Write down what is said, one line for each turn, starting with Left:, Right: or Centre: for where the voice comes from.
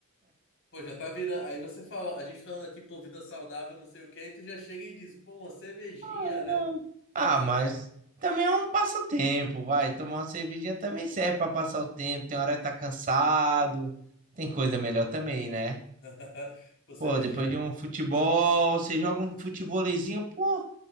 Left: Pô, já tá virando. Aí você fala, a gente falando aqui, pô, vida saudável, não sei o que, aí tu já chega e diz, pô, uma cervejinha,
Right: Ah,
Left: né?
Right: ah, mas também é um passatempo, vai. Tomar uma cervejinha também serve para passar o tempo. Tem hora que tá cansado, tem coisa melhor também, né?
Left: <laughs> Pô, cervejinha.
Right: Pô, depois de um futebol, você joga um futevôleizinho, pô,